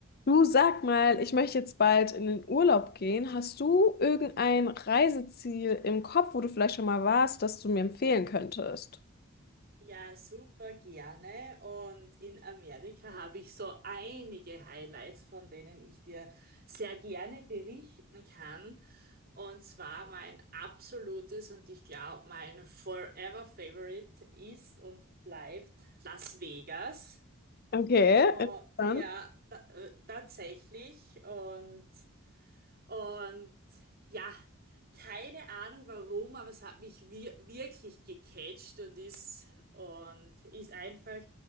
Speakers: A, on the left (about 45°); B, on the right (about 40°).
A: Du sag mal, ich möchte jetzt bald in den Urlaub gehen. Hast du irgendein Reiseziel im Kopf, wo du vielleicht schon mal warst, das du mir empfehlen könntest?
B: Ja, super gerne. Und in Amerika habe ich so einige Highlights, von denen ich dir sehr gerne berichten kann. Und zwar mein absolutes und ich glaube mein Forever Favorite ist und bleibt Las Vegas.
A: Okay,
B: Oh,
A: interessant.
B: ja, ta- äh, tatsächlich. Und und ja, keine Ahnung warum, aber es hat mich wir wirklich gecatcht und ist und ist einfach <laughs>